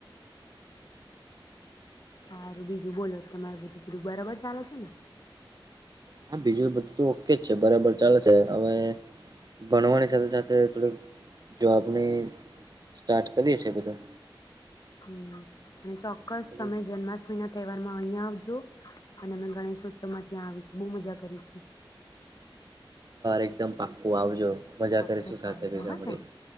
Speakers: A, on the left (about 50°); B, on the right (about 50°).
A: સારું બીજું બોલો તમાર બધું બધું બરાબર ચાલે છે ને.
B: હા બીજો બધ ઓકે જ છે બરાબર ચાલે છે હવે, ભણવાની સાથે સાથે થોડીક જોબની સ્ટાર્ટ કરીએ છે બધું.
A: હમ અને ચોક્કસ
B: પછી
A: તમે જન્માષ્ટમી ના તહેવાર અહીં આવજો, અને અ ગણેશ ઉત્સવમાં ત્યાં આવીશું બહુ મજા કરીશું.
B: એકદમ પાક્કું આવજો. મજા
A: ચોક્કસ
B: કરીશું સાથે
A: આવજો
B: ભેગા
A: હા
B: મળીને
A: ને,